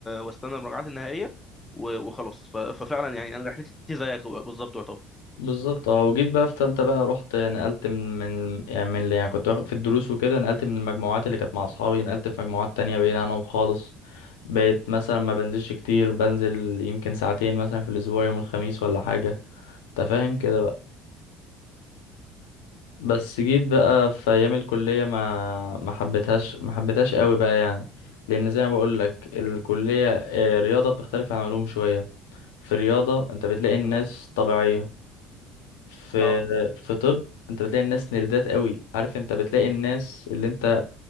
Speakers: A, on the left; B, on the left.
A: واستنى المراجعات النهائيه و... وخلاص ف... ففعلا يعني انا رحلتي زيك بالظبط يعتبر
B: بالظبط اه وجيت بقى في تالتة بقى رحت نقلت من من يعني من اللي يعني كنت واخد في الدروس وكده نقلت من المجموعات اللي كانت مع أصحابي نقلت في مجموعات تانية بعيد عنهم خالص بقيت مثلا ما بنزلش كتير بنزل يمكن ساعتين مثلا في الأسبوع يوم الخميس ولا حاجة أنت فاهم كده بقى بس جيت بقى في أيام الكلية ما ما حبيتهاش ما حبيتهاش قوي بقى يعني لأن زي ما بقول لك الكلية آه، رياضة بتختلف عن علوم شوية في رياضة أنت بتلاقي الناس
A: آه.
B: طبيعية في
A: اه
B: في طب انت بتلاقي الناس نيردات قوي عارف انت بتلاقي الناس اللي انت